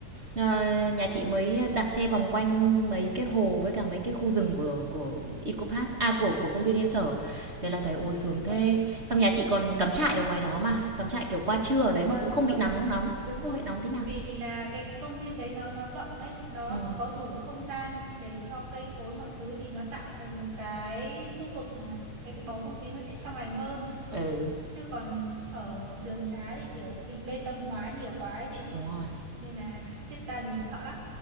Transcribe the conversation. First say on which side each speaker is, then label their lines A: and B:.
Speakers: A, on the right; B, on the right.
A: Ờ, nhà chị mới đạp xe vòng quanh mấy cái hồ với cả mấy cái khu rừng của của Eco Park à của của công viên Yên Sở. Thế là thấy ôi sướng
B: vâng,
A: thế. Xong nhà chị còn cắm trại ở ngoài đó mà, cắm trại kiểu qua trưa ở đấy
B: vâng
A: mà cũng không
B: vâng,
A: bị nắng nóng,
B: đúng rồi.
A: không bị nóng tí nào.
B: Vì là cái công viên đấy nó nó rộng ấy, nó
A: Ừ.
B: có đủ không gian để cho cây cối mọi thứ thì nó tạo thành một cái khu vực mà cái bầu không khí nó sẽ trong lành hơn.
A: Ừ,
B: Chứ còn ở đường xá thì kiểu bị bê tông hóa nhiều quá ấy chị
A: đúng rồi.
B: nên là khiếp ra đường sợ lắm